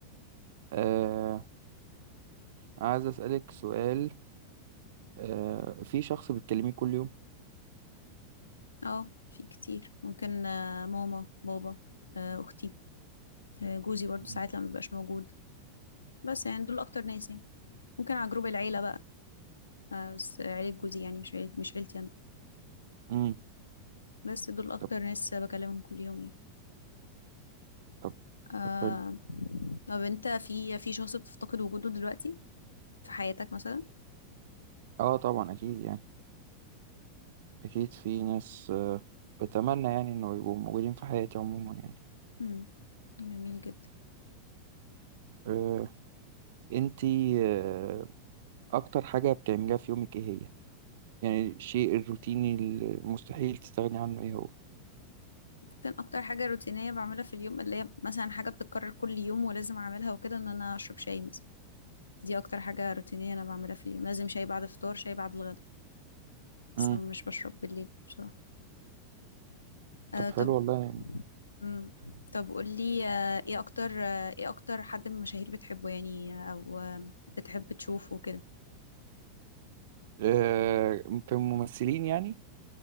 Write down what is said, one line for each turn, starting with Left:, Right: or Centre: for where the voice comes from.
Right: آه عايز أسألك سؤال آه في شخص بتكلميه كل يوم
Left: اه في كتير ممكن آه، ماما بابا آه، اختي آه، جوزي برضو
Right: مم.
Left: ساعات لما بيبقاش موجود بس يعني دول اكتر ناس يعني ممكن على جروب العيله بقى آه، بس عيله جوزي يعني مش عيلة مش عيلتي انا
Right: امم
Left: بس دول اكتر
Right: طب
Left: ناس بكلمهم كل يوم يعني
Right: طب
Left: آه.
Right: طب حلو
Left: طب انت في في شخص بتفتقد وجوده دلوقتي في حياتك مثلا
Right: اه طبعا اكيد يعني اكيد في ناس آه بتمنى يعني انه يبقوا موجودين في حياتي عموما يعني
Left: امم جميل جدا
Right: آه انتي آه اكتر حاجة بتعمليها في يومك ايه هي يعني الشيء الروتيني المستحيل تستغني عنه ايه هو
Left: كان اكتر حاجه روتينيه بعملها في اليوم اللي هي مثلا حاجه بتتكرر كل يوم ولازم اعملها وكده ان انا اشرب شاي مثلا دي اكتر حاجه روتينيه انا بعملها في اليوم لازم شاي بعد الفطار شاي بعد الغدا بس
Right: امم
Left: أنا مش بشرب بالليل بصراحه أه
Right: طب
Left: طب
Right: حلو والله يعني
Left: مم. طب قولي آه، ايه اكتر آه، ايه اكتر حد من المشاهير بتحبه يعني آه، او آه، بتحب تشوفه كده
Right: آه في الممثلين يعني